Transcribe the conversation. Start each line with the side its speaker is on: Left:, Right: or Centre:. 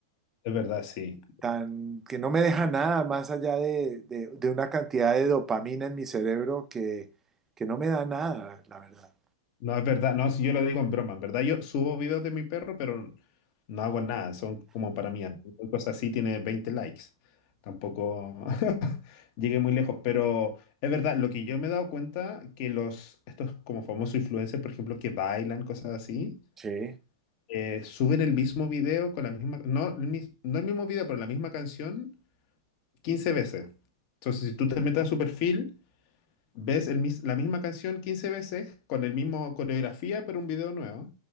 Left: Es verdad, sí.
Right: tan que no me deja nada más allá de, de- de una cantidad de dopamina en mi cerebro que, que no me da nada, la verdad.
Left: No, es verdad, no, si yo lo digo en broma, en verdad yo subo videos de mi perro, pero no hago nada, son como para mí, cualquier cosa así tiene 20 likes, tampoco <laughs> llegué muy lejos, pero es verdad, lo que yo me he dado cuenta, que los, estos como famosos influencers, por ejemplo, que bailan, cosas así,
Right: Sí.
Left: eh, suben el mismo video con la misma, no el, mis- no el mismo video, pero la misma canción 15 veces. Entonces, si tú te metes a su perfil, Ves el mis- la misma canción 15 veces con el mismo coreografía, pero un video nuevo.